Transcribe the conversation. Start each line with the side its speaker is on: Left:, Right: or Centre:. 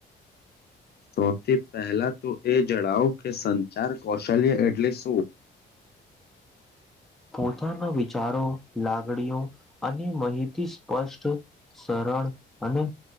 Left: સૌથી પહેલા તો એ જણાવો કે સંચાર કૌશલ્ય એટલે શું
Centre: પોતાના વિચારો લાગણીઓ અને માહિત અતિ સ્પષ્ટ સરળ અને